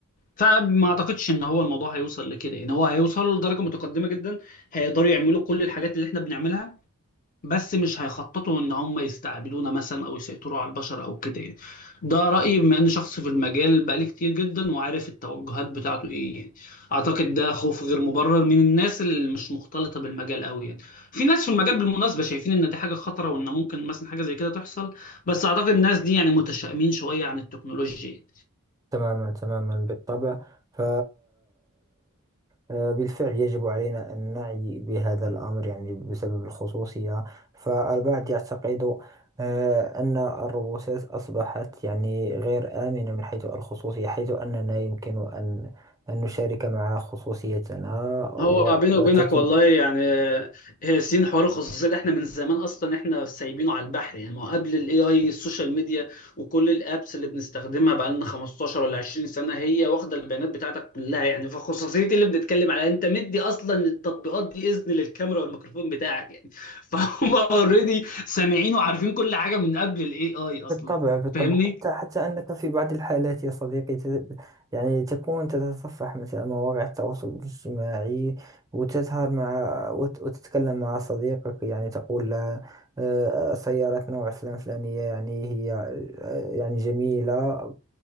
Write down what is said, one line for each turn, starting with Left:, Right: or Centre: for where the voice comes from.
Left: فما اعتقدش ان هو الموضوع هيوصل لكده ان هو هيوصل لدرجه متقدمه جدا هيقدروا يعملوا كل الحاجات اللي احنا بنعملها بس مش هيخططوا ان هم يستعبدونا مثلا او يسيطروا على البشر او كده يعني ده رايي بما ان شخص في المجال بقالي كتير جدا وعارف التوجهات بتاعته ايه يعني اعتقد ده خوف غير مبرر من الناس اللي مش مختلطه بالمجال قوي يعني في ناس في المجال بالمناسبه شايفين ان دي حاجه خطره وان ممكن مثلا حاجه زي كده تحصل بس اعتقد الناس دي يعني متشائمين شويه عن التكنولوجيا
Right: تماما تماما بالطبع ف آه، بالفعل يجب علينا أن نعي بهذا الأمر يعني بسبب الخصوصية فالبعض يعتقد آه، أن الروبوتات أصبحت يعني غير آمنة من حيث الخصوصية حيث أننا يمكن أن أن نشارك مع خصوصيتنا و-
Left: هو بيني وبينك
Right: وتتم
Left: والله يعني هي سين حوار الخصوصيه ده احنا من زمان اصلا احنا سايبينه على البحر يعني ما هو قبل الاي اي السوشيال ميديا وكل الابس اللي بنستخدمها بقى لنا 15 ولا 20 سنه هي واخده البيانات بتاعتك كلها يعني فخصوصيه اللي بنتكلم عليها انت مدي اصلا التطبيقات دي اذن للكاميرا والميكروفون بتاعك يعني فهم <laughs> اوريدي سامعين وعارفين كل حاجه من قبل الاي اي اصلا
Right: بالطبع بالطبع
Left: فاهمني؟
Right: حتى حتى أنك في بعض الحالات يا صديقي تت- يعني تكون تتصفح مثلا مواقع التواصل الاجتماعي وتظهر مع وت- وتتكلم مع صديقك يعني تقول له آه، سيارة نوع فلان فلانية يعني هي آه، يعني جميلة آه،